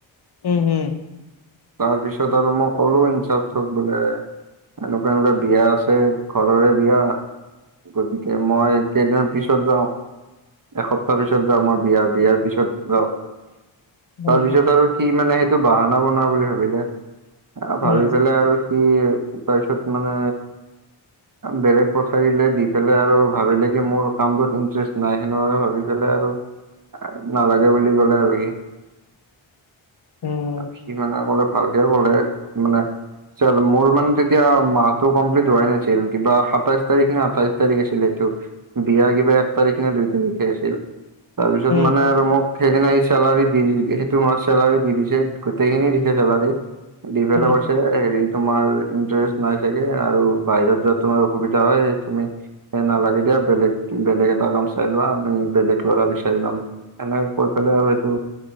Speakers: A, on the left; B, on the right.
A: উম উম
B: তাৰপিছত আৰু মই ক'লো ইনচাৰ্জক বোলে এনেকুৱা, এনেকুৱা বিয়া আছে ঘৰৰে বিয়া গতিকে মই কেইদিনৰ পিছত যাওঁ। এসপ্তাহ পিছত যাওঁ মই বিয়া বিয়াৰ পিছত যাওঁ
A: উম
B: তাৰপিছত আৰু সি মানে সেইটো বাহানা বনোৱা বুলি ভাবিলে ভাবি
A: উম
B: পেলাই আৰু সি তাৰপিছত মানে বেলেগ পঠাই দিলে দি পেলাই আৰু ভাবিলে মোৰ কামটোত ইন্টাৰেষ্ট নাই সেনেকুৱাকে ভাবি পেলাই আৰু নালাগে বুলি ক'লে আৰু সি।
A: উম
B: সি মানে ক'লে ভালকে ক'লে মানে মোৰ মানে তেতিয়া মাহটো কমপ্লিট হোৱাই নাছিল কিবা সাতাইশ তাৰিখনে আঠাইশ তাৰিখ আছিল এইটো। বিয়া কিবা এক তাৰিখনে দুই তাৰিখে আছিল তাৰপিছত
A: উম
B: মানে আৰু মোক সেইদিনা এই চেলাৰি দি-দি সেইটো মাহৰ চেলাৰি দি দিছে গোটেইখিনি দিছে চেলাৰী দি পেলাই
A: উম
B: কৈ হেৰি তোমাৰ ইণ্টাৰেষ্ট নাই চাগে আৰু বাহিৰত যোৱাত তোমাৰ অসুবিধা হয়, তুমি সেই নালাগে দিয়া বেলেগ বেলেগ এটা কাম চাই লোৱা আমি বেলেগ ল'ৰা বিচাৰি ল'ম। সেনেকে কৈ পেলাই আৰু সেইটো